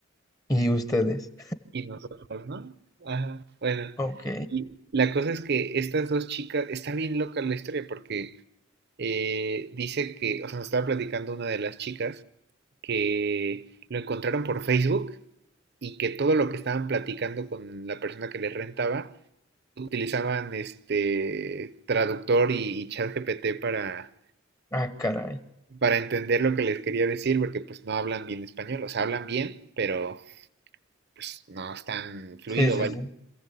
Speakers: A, on the left (about 20°); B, on the right (about 55°).
A: ¿y ustedes?
B: Y nosotros, ¿no? Ajá, bueno.
A: Ok,
B: Y la cosa es que estas dos chicas, está bien loca la historia porque eh, dice que, o sea, nos estaba platicando una de las chicas que lo encontraron por Facebook y que todo lo que estaban platicando con la persona que les rentaba utilizaban este traductor y, y chat para,
A: ah, caray.
B: para entender lo que les quería decir, porque pues no hablan bien español, o sea, hablan bien, pero pues no es tan fluido,
A: Sí, sí,
B: vaya.
A: sí.